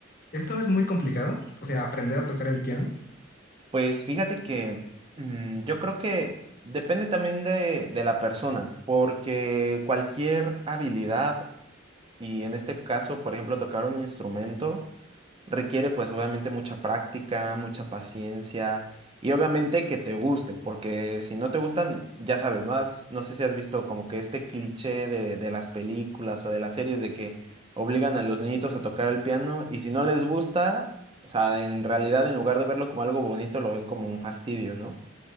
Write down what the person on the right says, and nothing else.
Pues fíjate que mm, yo creo que depende también de, de la persona, porque cualquier habilidad, y en este caso, por ejemplo, tocar un instrumento, requiere pues obviamente mucha práctica, mucha paciencia y obviamente que te guste, porque si no te gustan, ya sabes, ¿no? Has- no sé si has visto como que este cliché de, de las películas o de las series de que obligan a los niñitos a tocar el piano y si no les gusta, o sea, en realidad en lugar de verlo como algo bonito, lo ven como un fastidio, ¿no?